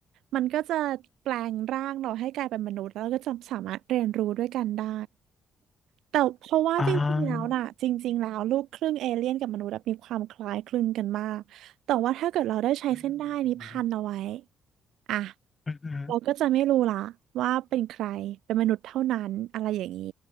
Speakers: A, on the right; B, on the left.
A: มันก็จะแปลงร่างเราให้กลายเป็นมนุษย์แล้วก็จะสามารถเรียนรู้ด้วยกันได้แต่เพราะว่าจริงๆแล้วน่ะจริงๆแล้วลูกครึ่งเอเลี่ยนกับมนุษย์อะมีความคล้ายคลึงกันมากแต่ว่าถ้าเกิดเราได้ใช้เส้นด้ายนี้พันเอาไว้
B: อ่าอืม
A: อ่ะ
B: อือฮึ
A: เราก็จะไม่รู้ละว่าเป็นใครเป็นมนุษย์เท่านั้นอะไรอย่างนี้